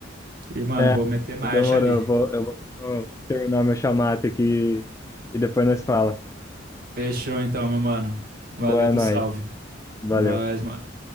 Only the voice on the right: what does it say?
E, mano,
vou meter marcha
ali.
Fechou então, meu mano. Valeu
do
salve. Nós,
mano.